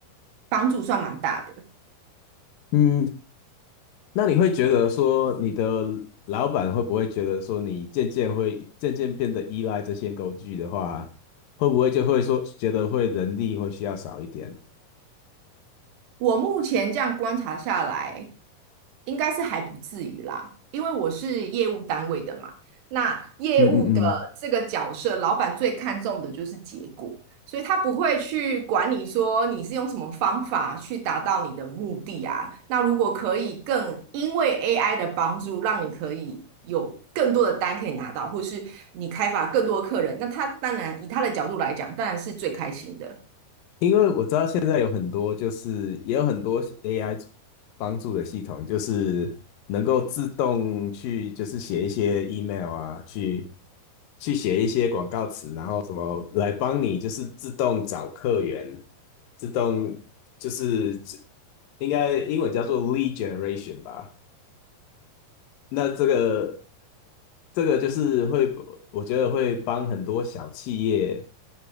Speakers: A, on the right; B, on the left.
A: 帮助算蛮大的。
B: 嗯，那你会觉得说，你的老板会不会觉得说，你渐渐会渐渐变得依赖这些工具的话，会不会就会说觉得会人力会需要少一点？
A: 我目前这样观察下来，应该是还不至于啦，因为我是业务单位的嘛。那业务的这个角色，
B: 嗯嗯嗯。
A: 老板最看重的就是结果，所以他不会去管你说你是用什么方法去达到你的目的啊。那如果可以更因为 AI 的帮助，让你可以有更多的单可以拿到，或是你开发更多的客人，那他当然以他的角度来讲，当然是最开心的。
B: 因为我知道现在有很多，就是也有很多 AI 帮助的系统，就是能够自动去，就是写一些 email 啊，去去写一些广告词，然后什么来帮你，就是自动找客源，自动就是应该英文叫做 lead generation 吧。那这个这个就是会，我觉得会帮很多小企业。